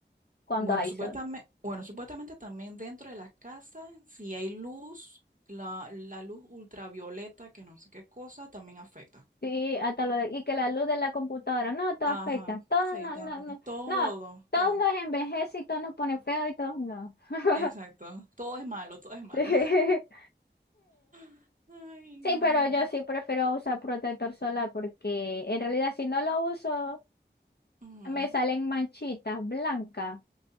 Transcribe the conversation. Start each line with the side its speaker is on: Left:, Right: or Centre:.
Left: cuando
Right: Bueno,
Left: hay
Right: supuestamente,
Left: sol.
Right: bueno, supuestamente también dentro de las casas, si hay luz, la, la luz ultravioleta, que no sé qué cosa, también afecta.
Left: Sí, hasta lo de- y que la luz de la computadora, no, todo
Right: Ajá,
Left: afecta, todo
Right: sí,
Left: no,
Right: también.
Left: no, no,
Right: Todo,
Left: no, todo
Right: todo.
Left: nos envejece y todo nos pone feo y todo no. <laughs>
Right: Exacto. Todo es malo, todo es malo.
Left: Sí,
Right: <laughs> Ay,
Left: Sí,
Right: no.
Left: pero yo sí prefiero usar protector solar porque en realidad si no lo uso
Right: Ujú.
Left: me salen manchitas blancas.